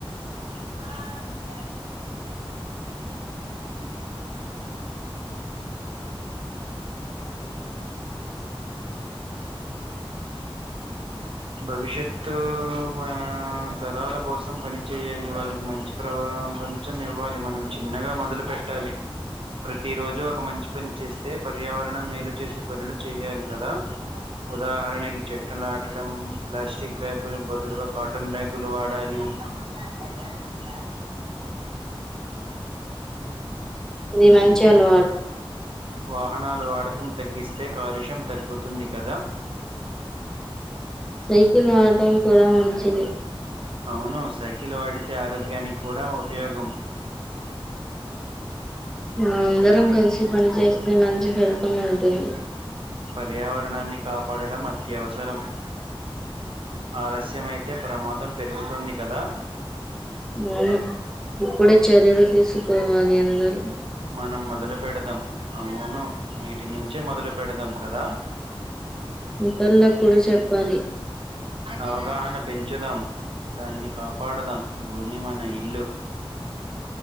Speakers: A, on the right; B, in the centre.
A: అమ్మా జయ భవిష్యత్ మన తరాల కోసం పని చేయాలి వాళ్ళకు మంచి ప్రపంచం ఇవ్వాలి మనం చిన్నగా మొదలు పెట్టాలి ప్రతి రోజు ఒక మంచి పని చేస్తే పర్యావరణం మేలు చేసే పనులు చేయాలి కదా ఉదాహరణకి టడం ప్లాస్టిక్ బ్యాగు్లు బదులుగా కాటన్ బ్యాగ్లు వాడాలి అమ్మ జస్త జ
B: ఇది మంచి అలవాటు
A: వాహనాలు వాడకం తగ్గిస్తే కాలుష్యం తగ్గుతుంది కదా
B: సైకిల్ వాడటం కూడా మంచిది
A: అవును సైకిల్ వాడితే ఆరోగ్యానికి కూడా ఉపయోగం
B: ఆ అందరం కలిసి పని చేస్తే మంచి ఫలితం ఉంటుంది
A: పర్యావరణాన్ని కాపాడడం అత్యవసరం ఆలస్యమయితే ప్రమాదం పెరుగుతుంది కదా
B: అవును ఇప్పుడే చర్యలు తీసుకోవాలి అందరూ
A: మనం మొదలు పెడదాం అవును నీ ఇటి నుంచే మొదలు పెడదాం కదా
B: ఇతరులకు కూడా చెప్పాలి
A: అవగాహన పెంచుదాం దాన్ని కాపాడదాం భూమి మన ఇల్లు